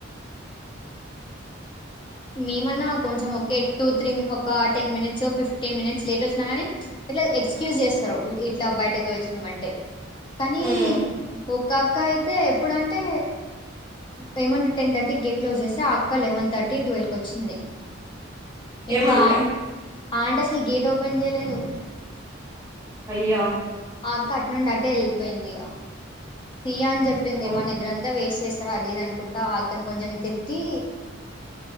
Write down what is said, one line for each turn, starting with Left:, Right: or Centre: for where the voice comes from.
Left: మేమన్నా కొంచెం ఓకే టూ త్రీ ఒక ten minutes fifteen minutes late వచ్చినా కానీ ఇట్లా ఎక్స్క్యూజ్ చేస్తారు ఇట్లా బయటకు పోయోచినామంటే కాని
Right: ఉమ్
Left: ఒక్ ఒక అక్క అయితే ఎప్పుడంటే eleven to ten thirty gate close చేస్తే ఆ అక్క లెవెన్ థర్టీ ట్వెల్వ్ కి వచ్చింది ఇంకా
Right: ఏమనలే
Left: ఆంటీ ఆంటీ అసలు గేట్ ఓపెన్ జేయలేదు
Right: యా
Left: ఆ అక్క అటు నుండి అటే వెళ్ళిపోయింది ఇగ తియ్యా అని జెప్పింది
Right: ఓ
Left: మా నిద్రంత వేసేస్ సరె అది ఇది అనుకుంటా అక్కను కొంచెం తిట్టి